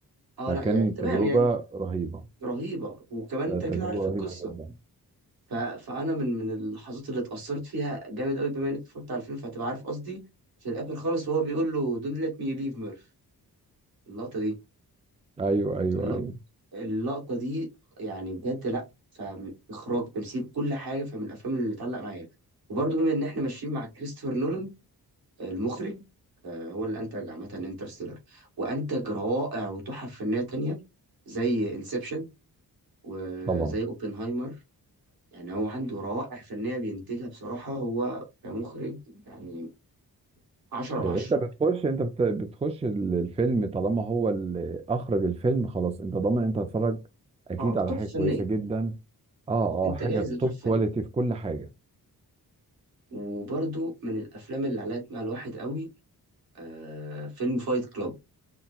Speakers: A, on the right (about 70°); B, on the right (about 15°).
A: اه
B: فكان
A: لا يعني تمام
B: تجربة
A: يعني
B: رهيبة
A: رهيبه وكمان انت
B: آه، تجربة
A: كده عارف
B: رهيبة
A: القصه
B: جدا
A: ف... فانا من من اللحظات اللي اتاثرت فيها جامد قوي بما انك اتفرجت على الفيلم فهتبقى عارف قصدي في الاخر خالص وهو بيقول له دون ليت مي ليف ميرف اللقطه دي
B: ايوه ايوه
A: اللقطه
B: ايوه
A: اللقطة دي يعني بجد لأ فإخراج تمثيل كل حاجة فمن الأفلام اللي اتعلق معايا وبرضه بما إن إحنا ماشيين مع كريستوفر نولان المخرج آه، هو اللي أنتج عامة انترستيلر وأنتج روائع وتحف فنية تانية زي انسبشن وزي
B: طبعا
A: اوبنهايمر يعني هو عنده روائع فنية بينتجها بصراحة هو كمخرج يعني عشرة على
B: إيه،
A: عشرة
B: انت بتخش انت بت- بتخش ال- الفيلم طالما هو اللي اخرج الفيلم خلاص انت ضامن انت هتتفرج اكيد
A: اه
B: على
A: تحف
B: حاجة كويسة
A: فنية
B: جدا اه
A: انت
B: اه حاجة
A: جاهز لتحف
B: توب كواليتي
A: فنية
B: في كل حاجة
A: وبرضه من الافلام اللي علقت مع الواحد قوي آه فيلم فايت كلاب